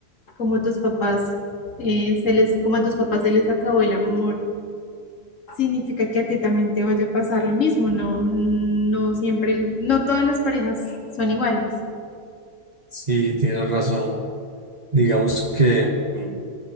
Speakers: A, on the left; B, on the right.
A: como tus papás, eh, se les, como a tus papás se les acabó el amor, significa que a ti también te vaya a pasar lo mismo. No, no siempre, no todas las parejas son iguales.
B: Sí, tienes razón. Digamos que mm,